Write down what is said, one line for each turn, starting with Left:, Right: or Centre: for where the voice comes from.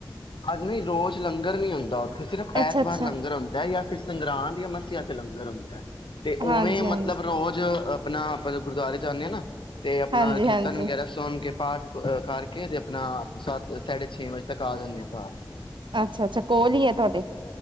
Left: ਹਾਂ ਨਹੀਂ ਰੋਜ਼ ਲੰਗਰ ਨਹੀਂ ਆਉਂਦਾ ਸਿਰਫ ਐਤਵਾਰ
Right: ਅੱਛਾ ਅੱਛਾ
Left: ਲੰਗਰ ਆਉਦਾ ਜਾਂ ਫਿਰ ਸੰਗਰਾਂ ਦੀਆਂ ਮੱਸਿਆ ਤੇ ਲੰਗਰ ਹੁੰਦਾ ਤੇ ਉਵੇਂ
Right: ਹਾਂਜੀ
Left: ਮਤਲਬ
Right: ਹਾਂਜੀ
Left: ਰੋਜ਼ ਆਪਣਾ ਆਪਾਂ ਗੁਰਦੁਆਰੇ ਚ ਜਾਂਦੇ ਹਾਂ ਨਾ ਤੇ ਆਪਣਾ
Right: ਹਾਂਜੀ-ਹਾਂਜੀ,
Left: ਕੀਰਤਨ ਵਗੈਰਾ ਸੁਣ ਕੇ ਪਾਠ ਕਰਕੇ ਤੇ ਆਪਣਾ ਸੱਤ ਸਾਢੇ ਛੇ ਵਜੇ ਤੱਕ ਆ ਜਾਂਦੇ ਹਾਂ ਕੱਪ
Right: ਅੱਛਾ ਅੱਛਾ ਕੋਲ ਹੀ ਹੈ ਤੁਹਾਡੇ